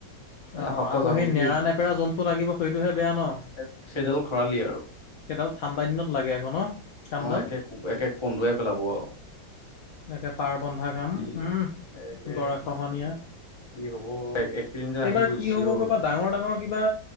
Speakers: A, on the left; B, on the left.
A: এ
B: অ
A: এসপ্তাহ
B: আকৌ
A: যাবলৈকে
B: সেই নেৰা নেপেৰা যোনটো লাগিব সেইটোহে বেয়া ন?
A: সেই সেইডাল খৰালি আৰু।
B: সেইডাল ঠাণ্ডা দিনত লাগে আকৌ ন? কামডাল
A: অ একে একে কন্দুৱাই পেলাব আৰু।
B: তাকে পাৰ বন্ধা কাম,
A: কি
B: উম
A: একে
B: গৰা খহনীয়া।
A: কি হ'ব এক এক কিলোমিটাৰ
B: এইবাৰ
A: আহিবই
B: কি
A: চিয়ৰ।
B: হ'বগৈ বা ডাঙৰ ডাঙৰ কিবা